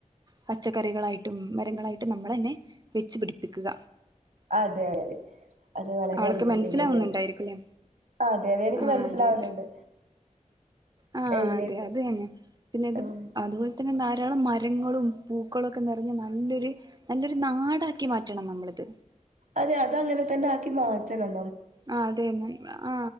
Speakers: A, on the right (about 30°); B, on the right (about 70°).
A: പച്ചക്കറികളായിട്ടും മരങ്ങളായിട്ടും നമ്മള് തന്നെ വെച്ച് പിടിപ്പിക്കുക
B: അതെ അതെ അത് വളരെ
A: ആൾക്ക്
B: അധികം
A: മനസ്സിലാവുന്നുണ്ടായിരിക്കുംല്ലേ
B: ശെരിയന്നേണ് അതെ അതെ എനിക്ക്
A: ആ
B: മനസ്സിലാവുന്നുണ്ട്
A: അതെ അതെ ആ
B: എന്നിട്ട്
A: അതെ അത് തന്നെ പിന്നെ ഇത്
B: ആഹ്
A: അത് <unintelligible> പിന്നെ ധാരാളം മരങ്ങളും പൂക്കളും ഒക്കെ നിറഞ്ഞ നല്ലൊര് നല്ലൊരുനാടാക്കിമാറ്റണം നമ്മളിത്
B: അതേ അതങ്ങനെ തന്നെ ആക്കി. അറ്റാനാ.
A: ആ അതു തന്നെ ആ